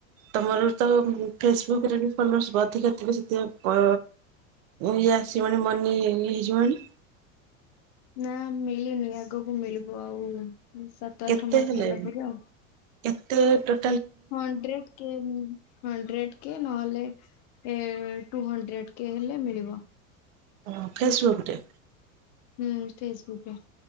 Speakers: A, on the right (about 70°); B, on the left (about 50°).
A: ତମର ତ ଉଁ ଫେସବୁକରେ ବି ଫଲୋର୍ସ ଅଧିକା ଥିବେ ସେଥିପାଇଁ ପ ଓ ଇଏ ଆସିବଣି ମନି ଇଏ ହେଇଯିବଣି।
B: ନା ମିଳିନି ଆଗକୁ ମିଳିବ ଆଉ ସାତ
A: କେତେ
B: ଆଠ ମାସ
A: ହେଲେ
B: ଗଲା ପରେ ଆଉ।
A: କେତେ ଟୋ
B: ହଣ୍ଡ୍ରେଡ କେ ହୁଁ ଉଁ। ହଣ୍ଡ୍ରେଡ କେ ନହେଲେ ଏ ଟୁ ହଣ୍ଡ୍ରେଡ କେ ହେଲେ ମିଳିବ।
A: ଉଁ ଫେସବୁକ ଡେ।
B: ହୁଁ ଫେସବୁକର।